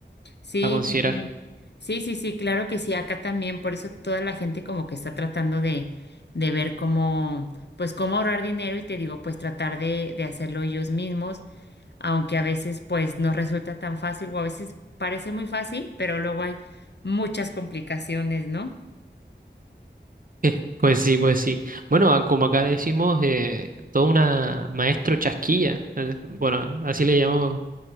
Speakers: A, on the left (about 65°); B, on the right (about 50°).
A: Sí,
B: a considerar.
A: sí, sí.
B: <laughs>
A: Sí, sí, sí, claro que sí, acá también, por eso toda la gente como que está tratando de, de ver cómo, pues cómo ahorrar dinero y te digo, pues tratar de, de hacerlo ellos mismos, aunque a veces pues no resulta tan fácil o a veces parece muy fácil, pero luego hay muchas complicaciones, ¿no?
B: Eh, Pues sí, pues sí. Bueno, a- como acá decimos, eh, toda una maestro chasquilla. eh, Bueno, así le llamamos